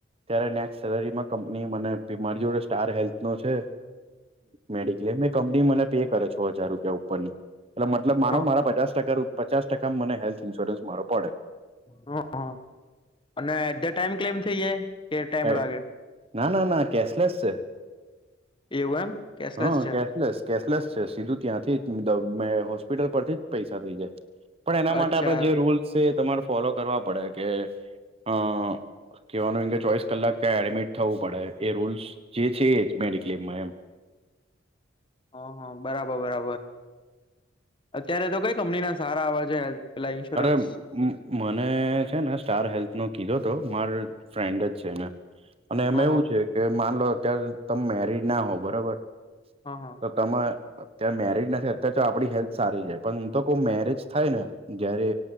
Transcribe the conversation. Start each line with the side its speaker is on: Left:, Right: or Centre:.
Right: ત્યારે નેક્ સેલરી માં કંપની મને પી મારી જોડે સ્ટાર હેલ્થ નો છે મેડિક્લેમ એ કંપની મને પે કરે છો હજાર રૂપિયા ઉપર ને એટલે મતલબ મારો
Left: હા
Right: મારા પચાસ ટકા રૂપ પચાસ ટકા મને હેલ્થ ઇન્સ્યોરન્સ મારો પડે
Left: હ હ અને એટ ધ ટાઈમ ક્લેમ થઇ જાય કે ટાઈમ
Right: હ
Left: લાગે
Right: ના ના ના કેશલેસ છે
Left: એવું એમ કેશલેસ
Right: હા
Left: છે
Right: કેશલેસ કેશલેસ છે સીધું ત્યાંથી મે હોસ્પિટલ પરથી જ પૈસા થઇ જાય પણ એના
Left: અચ્છા
Right: માટે આપણે જે રૂલ્ તમારે ફોલો કરવા પડે કે અ કેવાનું એ કે ચોઈસ કલાક ક એડમિટ થવું પડે એ રૂલ્સ જે છે મેડિક્લેમમાં એમ
Left: હ હ બરાબર બરાબર અત્યારે તો કઈ કંપની ના સારા આવેવા છે પેલા ઇન્સ્યોરન્સ
Right: અરે મને છે ને સ્ટાર હેલ્થ નો કીધો તો માર ફ્રેન્ડ જ છે ને અને એમાં
Left: હ હ
Right: એવું છે કે માનલો અત્યારે તમે મેરીજ ના હો બરાબર
Left: હા હા
Right: તો તમે અત્યારે મેરીજ નથી અત્યારે તો આપણી હેલ્થ સારી જાય પણ હું તો કો મેરેજ થાય ને જયારે